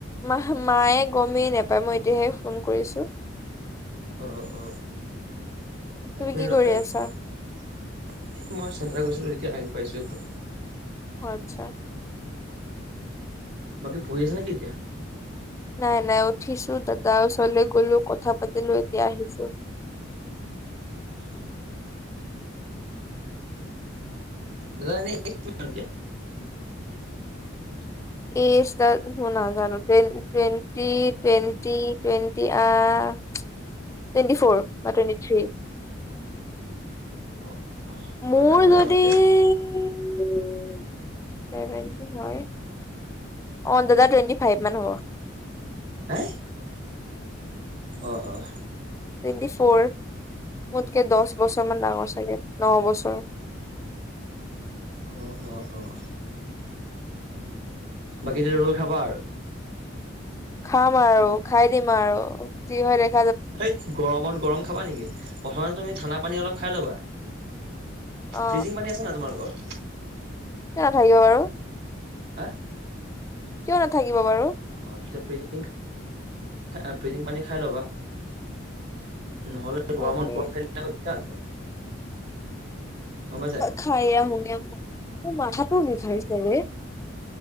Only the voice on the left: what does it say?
মা মায়ে গমেই নাপায় মই এতিয়াহে ফোন কৰিছোঁ।
তুমি
কি
কৰি
আছা
অ আতচ্ছা।
নাই নাই উঠিছো দাদা ওচৰলৈ গলো কথা পাতিলো এতিয়া আহিছো।
এইজ তাৰ মই নাজানো। Ten twenty twenty twenty ah, উমচ twenty four. বা টুৱেন্টি থ্ৰী।
মোৰ
যদি।
ছেভেনটি হয়। অহ, দাদা টুৱেন্টি ফাইভ মান হ'ব।
টুৱেণ্টি ফৰ মোতকে দছ বছৰ মান ডাঙৰ চাগে ন বছৰ।
খাম আৰু খাই দিম আৰু যি হয় দেখ
অ
কিয় নাথাকিব বাৰু।
কিয় নাথাকিব বাৰু।
অকে
খায়ে আহোগে মোৰ মাথাটো বিষাইছে ৰে।